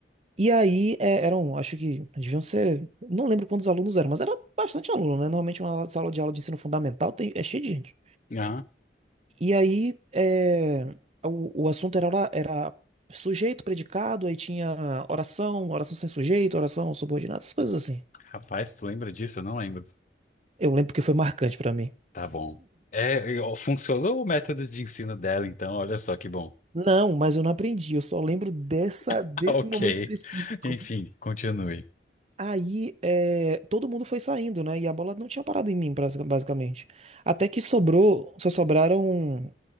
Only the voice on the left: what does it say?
aham.
Rapaz, tu lembra disso? Eu não lembro.
Tá bom. É, eu- funcionou o método de ensino dela, então, olha só que bom.
<laughs>
Ok.
Enfim, continue.